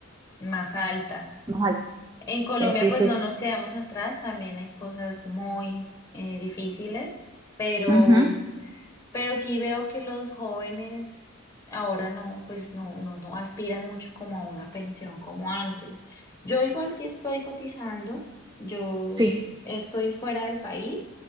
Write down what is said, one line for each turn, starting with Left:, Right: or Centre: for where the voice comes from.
Left: más alta.
Right: más alto.
Left: En Colombia
Right: Sí, sí,
Left: pues
Right: sí.
Left: no nos quedamos atrás, también hay cosas muy eh, difíciles, pero
Right: Ujú,
Left: pero sí veo que los jóvenes ahora no, pues no, no, no aspiran mucho como a una pensión como antes. Yo igual sí estoy cotizando, yo
Right: Sí.
Left: estoy fuera del país,